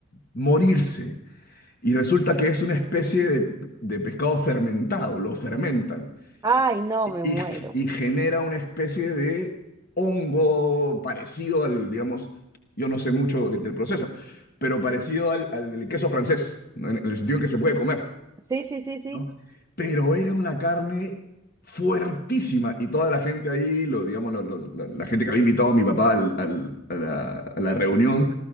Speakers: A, on the left; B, on the right.
A: morirse. Y resulta que es una especie de, de pescado fermentado, lo fermentan
B: ay, no,
A: y,
B: me
A: y-
B: muero.
A: y genera una especie de hongo parecido al, digamos, yo no sé mucho del, del proceso, pero parecido al, al del queso francés, ¿no? en el sentido en que se puede comer.
B: Sí, sí, sí, sí.
A: ¿no? Pero era una carne fuertísima y toda la gente ahí, lo, digamos, lo- lo- la, la gente que había invitado a mi papá al- al- a la, a la reunión,